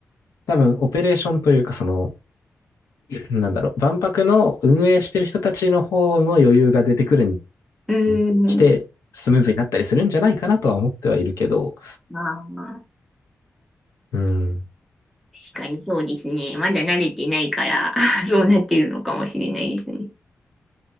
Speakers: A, on the left; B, in the centre.
A: 多分、オペレーションというか、その、なんだろう、万博の運営してる人たちの方の余裕が出てくるに
B: うーん。
A: 来て、スムーズになったりするんじゃないかなとは思ってはいるけど、
B: まあまあ、
A: うん。
B: 確かにそうですね。まだ慣れてないから <laughs> そうなってるのかもしれないですね。